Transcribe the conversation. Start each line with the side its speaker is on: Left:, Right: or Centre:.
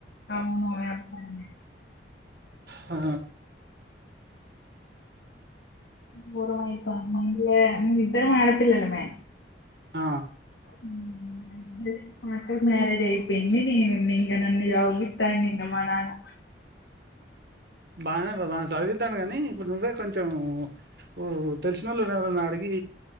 Left: అవును వ్యవసాయమే.
Right: హ
Left: బోరువైతంది. మా ఇంట్లో మేమిద్దరం ఆడపిల్లలమే.
Right: ఆ
Left: మ్మ్ నై మా అక్కకి మ్యారేజ్ అయిపోయింది నేను ఉన్న ఇంగ. నన్ను చదువుపిత్తాండు మా నాన్న.
Right: బాగనే బా చదివిద్దాన్డు. కానీ, ఇప్పుడు నువ్వే కొంచెం ఓ తెలిసినోళ్ళని ఎవరన్నా అడిగి,